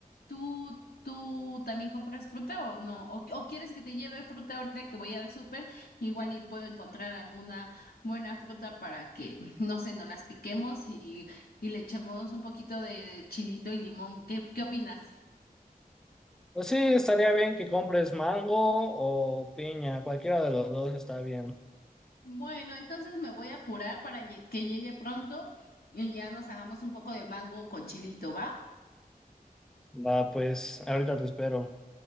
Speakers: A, on the left (about 80°); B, in the centre.
A: ¿tú, tú también compras fruta o no? ¿O, o quieres que te lleve fruta ahorita que voy al súper? Igual y puedo encontrar alguna buena fruta para que, no sé, nos las piquemos y, y le echemos un poquito de chilito y limón. ¿Qué, qué opinas?
B: Pues sí, estaría bien que compres mango o piña, cualquiera de los dos está bien.
A: Bueno, entonces me voy a apurar para lle- que llegue pronto y ya nos hagamos un poco de mango con chilito, ¿va?
B: Va, pues, ahorita te espero.